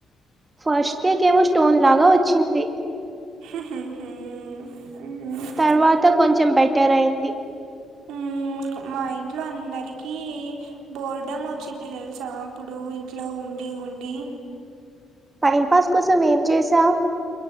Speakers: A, on the right; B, on the right.
A: ఫస్ట్ కేేక్ ఏమో స్టోన్ లాగా వచ్చింది
B: ఉహు ఉహు ఉ ఉ
A: తర్వాత కొంచెం బెటర్ అయింది
B: ఉ మా ఇంట్లో అందరికి బోర్ డమ్ వచ్చింది తెలుసా అప్పుడు ఇంట్లో ఉండి ఉండి
A: టైంపాస్ కోసం ఏం చేసావ్